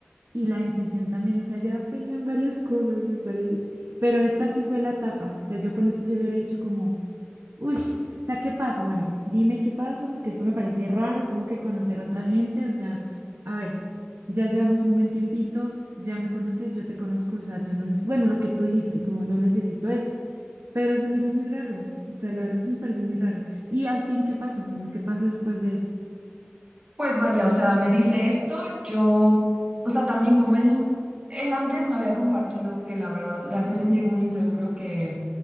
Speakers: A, on the right (about 75°); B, on the right (about 25°).
A: Y la intuición también, o sea, ya venían varias cosas, me parece. Pero esta sí fue la tapa, o sea, yo con esto sí le hubiera dicho como... Uy, o sea, ¿qué pasa? Bueno, dime qué pasa porque esto me parece raro, como que conocer a otra gente, o sea, a ver, ya llevamos un buen tiempito, ya me conoces, yo te conozco, o sea, yo no, neces- bueno, lo que tú dijiste, como no necesito eso, pero se me hizo muy raro, o sea, la verdad se me parece muy raro. Y al fin, ¿qué pasó? O sea, ¿no? ¿Qué pasó después de eso?
B: Pues vaya, o sea, me dice esto, yo, o sea, también como él, él antes me había compartido que la verdad le hacía sentir muy inseguro que